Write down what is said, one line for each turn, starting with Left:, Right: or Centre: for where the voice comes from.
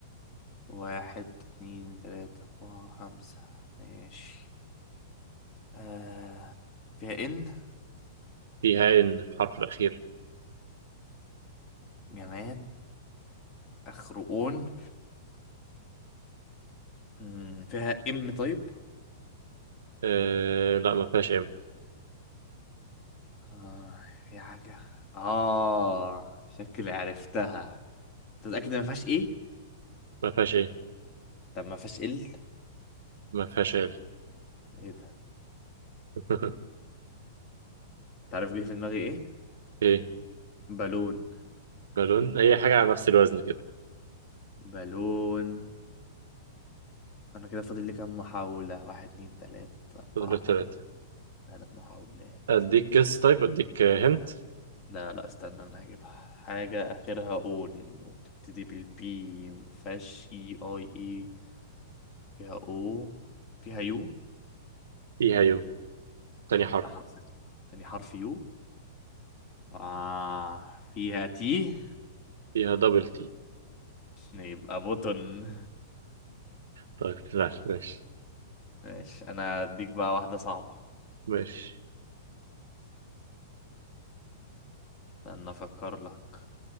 Left: واحد اتنين تلاتة أربعة خمسة ماشي آه. فيها إن
Right: فيها ان الحرف الأخير
Left: جماد آخره أون مم. فيها إم طيب
Right: أه لا ما فيهاش ايه
Left: آه. في حاجة آه شكلي عرفتها تتأكد ما فيهاش إيه؟
Right: ما فيهاش ايه
Left: طب ما فيهاش إل؟
Right: ما فيهاش ايه
Left: إيه ده؟
Right: <laughs>
Left: تعرف جه في دماغي إيه؟
Right: ايه
Left: بالون
Right: بالون هي حاجة على نفس الوزن كده
Left: بالون انا كده فاضل لي كام محاولة واحد اتنين تلاتة اربعة
Right: فاضل لك
Left: خمسة
Right: تلاتة
Left: تلات محاولات
Right: اديك جس طيب اديك هنت
Left: لا لا استنى انا هجيبها حاجة اخرها اون وبتبتدي بالبي مفيهاش اي اي اي فيها او فيها يو
Right: فيها يو تاني حرف
Left: حرف تاني حرف يو آه فيها تي
Right: فيها دبل تي
Left: يبقى بوتن
Right: طيب لا ماشي
Left: ماشي انا اديك بقى واحدة صعبة
Right: ماشي
Left: استنى افكر لك